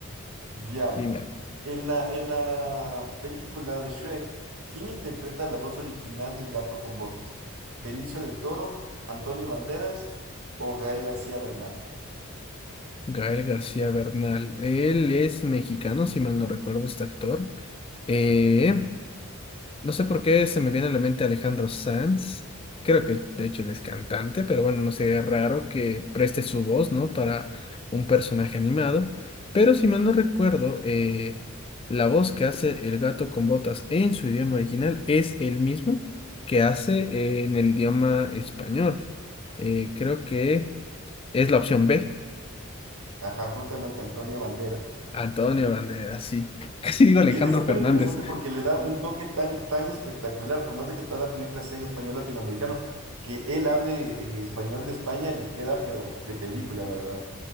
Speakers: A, on the right (about 80°); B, on the left (about 25°).
A: Ya.
B: Dímelo.
A: En la, en la película de Shrek, ¿quién interpreta la voz original del gato con botas? ¿Benicio del Toro, Antonio Banderas o Gael García Bernal?
B: Gael García Bernal, él es mexicano, si mal no recuerdo, este actor. Eh, No sé por qué se me viene a la mente Alejandro Sanz. Creo que de hecho él es cantante, pero bueno, no sería raro que preste su voz, ¿no? Para un personaje animado. Pero si mal no recuerdo, eh, la voz que hace el gato con botas en su idioma original es el mismo que hace eh, en el idioma español. Eh, creo que es la opción B.
A: Ajá, justamente Antonio Banderas.
B: Antonio Banderas, sí. <laughs> Casi digo Alejandro
A: Y es súper
B: Fernández.
A: interesante porque le da un toque tan, tan espectacular, por más de que toda la película sea en español latinoamericano, que él hable en español de España le queda, pero de película, la verdad.